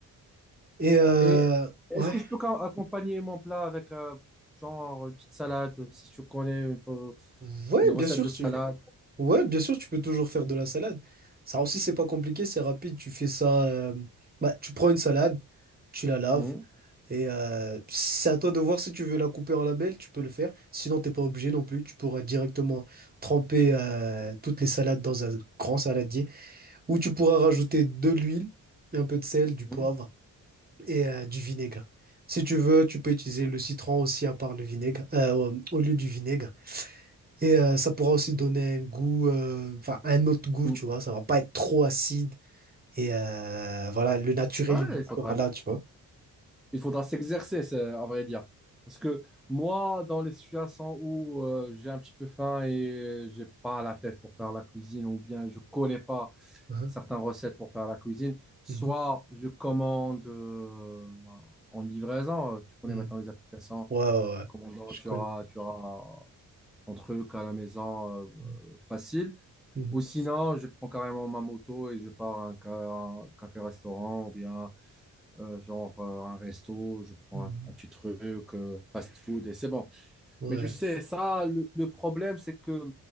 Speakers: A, on the right; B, in the centre.
A: Et euh,
B: Et est-ce
A: ouais.
B: que je peux ca- accompagner mon plat avec euh, genre une petite salade, euh, si tu connais une, fo-
A: Ouais,
B: une
A: bien
B: recette
A: sûr,
B: de salade?
A: tu. Ouais, bien sûr, tu peux toujours faire de la salade. Ça aussi, c'est pas compliqué, c'est rapide. Tu fais ça. euh, Bah, tu prends une salade, tu la laves.
B: Mhm,
A: Et euh, c'est à toi de voir si tu veux la couper en lamelles, tu peux le faire. Sinon, t'es pas obligé non plus. Tu pourras directement tremper euh, toutes les salades dans un grand saladier. Ou tu pourras rajouter de l'huile, un peu de sel, du poivre.
B: mhm,
A: et euh, du vinaigre. Si tu veux, tu peux utiliser le citron aussi à part le vinaigre, euh, au au lieu du vinaigre. Et euh, ça pourra aussi donner un goût, euh, enfin un autre goût,
B: mhm.
A: tu vois. Ça va pas être trop acide. Et euh, voilà, le naturel
B: Ouais,
A: il
B: il faudrait,
A: sera là, tu vois.
B: il faudra s'exercer, c'est- à vrai dire. Parce que moi, dans les situations où euh, j'ai un petit peu faim et j'ai pas la tête pour faire la cuisine, ou bien je connais pas
A: Mhm.
B: certaines recettes pour faire la cuisine, soit
A: Mhm.
B: je commande euh, en livraison. Tu connais
A: Mhm.
B: maintenant les applications.
A: Ouais, ouais, ouais.
B: Commandant,
A: Je
B: tu
A: connais.
B: auras, tu auras entre eux qu'à la maison euh,
A: Mhm.
B: facile.
A: Mhm.
B: Ou sinon, je prends carrément ma moto et je pars à un, ca- un café-restaurant ou bien euh, genre euh, un resto, je prends
A: Mhm.
B: un, un petit truc, euh, fast-food et c'est bon.
A: Ouais.
B: Mais tu sais, ça, le, le problème, c'est que